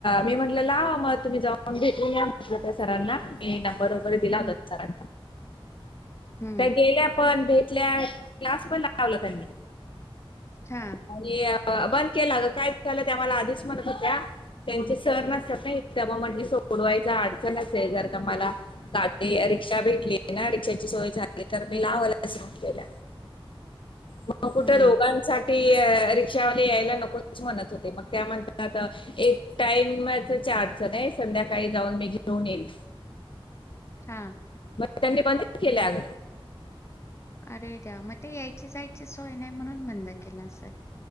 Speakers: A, on the left (about 60°); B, on the left (about 30°).
A: मी म्हटलं मग तुम्ही जाऊन भेून्या म्हटलं त्या सरांना मी न बरोबर दिला होता
B: हं,
A: सरां
B: हं.
A: त्या गेल्या पण भे तल्या क्लास पण लावला त्यांनी
B: हा
A: आणि बंद केलं ग काय झालं त्या मला आधीच मणत होत्या त्यांचे सर नसतात ना म्हट डवाय अडचण असेल जर का मला गाडी रिक्षा भेटली ना रिक्षाची सोय झाली मी लावल असं म्हटले मग कुठे
B: हं,
A: रोगांसाठी रिक्षावाला यायला नकोच म्हणत होते मग त्या म्ह एक टाइम अडचण आहे संध्याकाळी जाऊन मी घेऊन येईल
B: हा
A: मग त्यांनी बंद केले अग
B: अरे द्या मग ते यायचे जायचीचोय नाही म्हणून बंद केला असेल